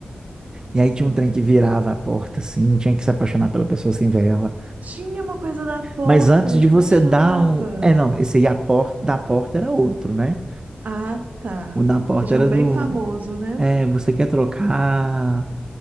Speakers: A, on the right; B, on the right.
A: Isso
B: E aí tinha um trem
A: não.
B: que virava a porta, assim, tinha que se apaixonar pela pessoa sem ver ela.
A: Tinha uma coisa da porta,
B: Mas antes
A: gente.
B: de você
A: Como é que chamava?
B: dar o... É, não, esse aí a porta da porta era outro, né?
A: Ah, tá.
B: O da porta
A: Que tinha
B: era
A: um bem
B: do...
A: famoso, né?
B: É, você quer trocar,